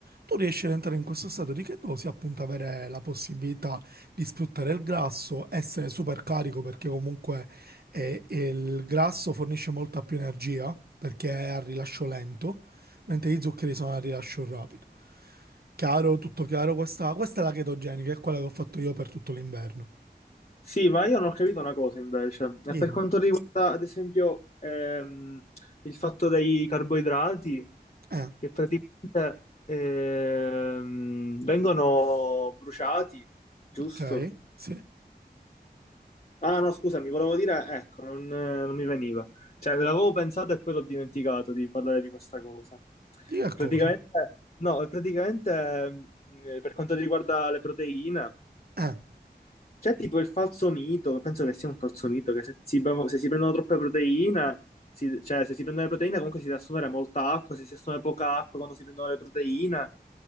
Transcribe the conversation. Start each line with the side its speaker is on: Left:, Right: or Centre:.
Right: tu riesci ad entrare in questo stato di chetosi, appunto avere la possibilità di sfruttare il grasso, essere super carico perché comunque eh, il grasso fornisce molta più energia perché è a rilascio lento, mentre gli zuccheri sono a rilascio rapido. Chiaro, tutto chiaro, questa, questa è la chetogenica, è quella che ho fatto io per tutto l'inverno.
Left: Sì, ma io non ho capito una cosa invece. E
Right: Dimmi.
Left: per quanto riguarda, ad esempio, ehm, il fatto dei carboidrati,
Right: Eh,
Left: che praticamente ehm, vengono bruciati, giusto?
Right: ok, sì.
Left: Ah, no, scusami, volevo dire, ecco, non, eh, non mi veniva. Cioè, l'avevo pensato e poi l'ho dimenticato di parlare di questa cosa.
Right: Di che
Left: Praticamente,
Right: cosa?
Left: no, praticamente, eh, per quanto riguarda le proteine.
Right: Eh.
Left: C'è tipo il falso mito, penso che sia un falso mito, che se si, bevono- se si prendono troppe proteine, si- cioè se si prendono le proteine comunque si deve assumere molta acqua, se si assume poca acqua quando si prendono le proteine